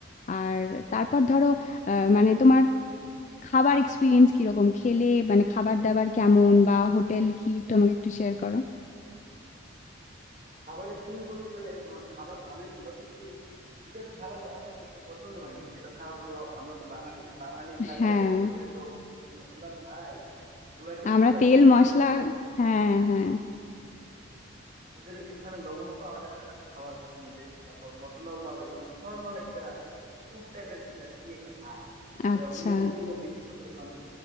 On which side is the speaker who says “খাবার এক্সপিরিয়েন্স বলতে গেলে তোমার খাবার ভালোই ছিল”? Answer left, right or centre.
Right